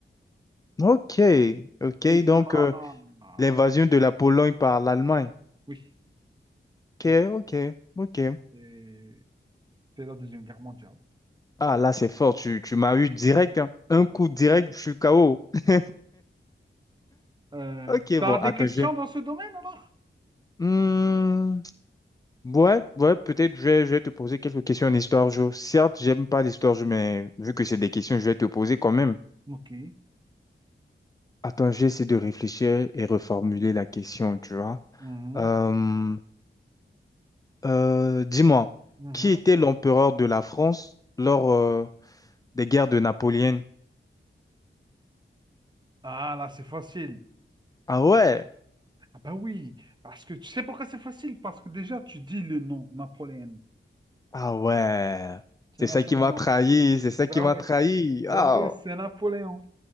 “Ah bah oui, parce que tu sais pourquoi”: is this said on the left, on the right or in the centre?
Right